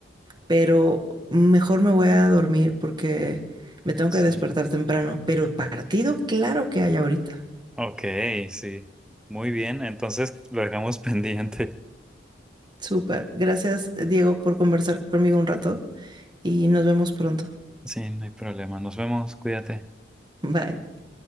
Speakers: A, on the right (about 25°); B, in the centre.
A: pero mejor me voy a dormir porque me tengo
B: sí.
A: que despertar temprano, pero partido claro que hay ahorita.
B: Ok, sí. Muy bien, entonces lo dejamos <laughs> pendiente.
A: Súper. Gracias, Diego, por conversar conmigo un rato y nos vemos pronto.
B: Sí, no hay problema. Nos vemos, cuídate.
A: Bye.